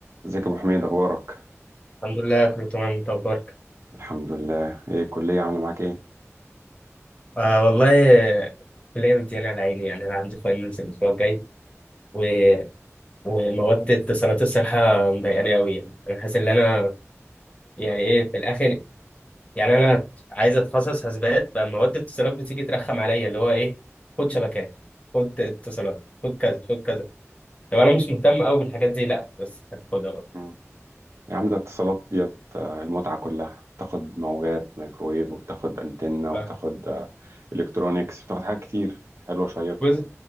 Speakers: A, on the right; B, on the left.
A: ازيك يا ابو حميد اخبارك
B: الحمد لله كله تمام انت اخبارك
A: الحمد لله ايه الكليه عامله معاك ايه
B: آه والله الكليه مديانه على عيني يعني انا عندي فاينلز الاسبوع الجاي و... ومواد اتصالات الصراحه مضايقاني قوي يعني انا حاسس ان انا يعني ايه في الاخر يعني انا عايز اتخصص حاسبات فمواد اتصالات بتيجي ترخم عليا اللي هو ايه خد شبكات خد اتصالات خد كذا خد كذا طب انا مش مهتم قوي بالحاجات دي لا بس هتاخدها بقى
A: مم. يا عم ده اتصالات ديت آه، المتعه كلها بتاخد موجات مايكرويف وبتاخد انتنه وبتاخد
B: آه.
A: آه، الكترونيكس بتاخد حاجات كتير حلوه شيقه
B: بص